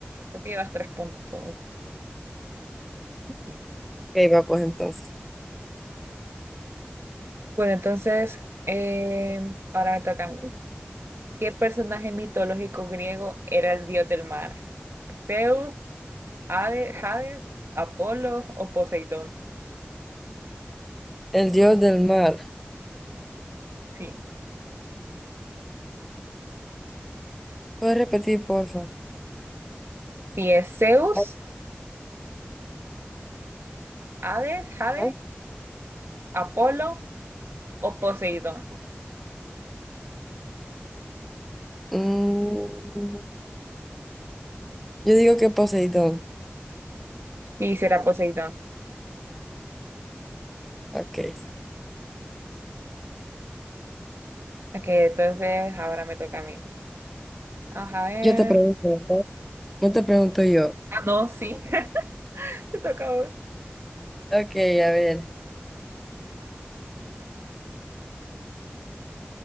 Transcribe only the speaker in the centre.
va pues entonces.
El dios del mar.
¿Puedes repetir, porfa?
Ah,
ah,
mm, yo digo que Poseidón.
Ok.
Yo te pregunto, ¿verdad? No te pregunto yo.
Ok, a ver.